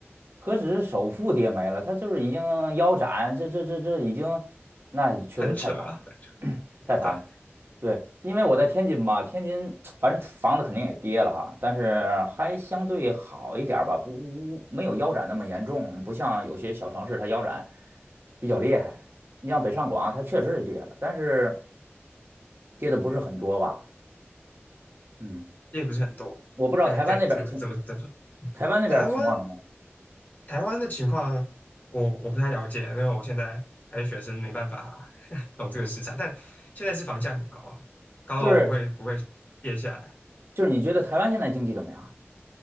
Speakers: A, on the right; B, on the left.
A: 何止是首付跌没了，它就是已经腰斩，这这这这已经，那确实太惨了，
B: 很扯啊，<laughs>
A: <clears throat> 太惨了。
B: 对，
A: 对，因为我在天津嘛，天津 <tsk> 反正房子肯定也跌了哈，但是还相对好一点儿吧，不没有腰斩那么严重，不像有些小城市它腰斩比较厉害。你像北上广，它确实是跌了，但是跌的不是很多吧？嗯，
B: 也不是很多。
A: 我不知道台湾那边经，
B: 那对，怎么怎么怎么说？
A: 台湾那边儿情况怎么样？
B: 台湾台湾的情况我我不太了解，因为我现在还是学生，没办法 <laughs> 懂这个市场。但现在是房价很高啊，高到不会不会跌下来。
A: 就是就是你觉得台湾现在经济怎么样？